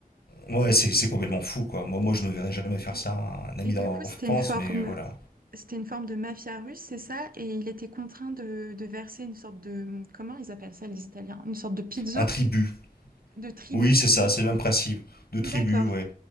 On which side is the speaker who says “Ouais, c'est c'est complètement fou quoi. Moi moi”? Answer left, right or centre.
Left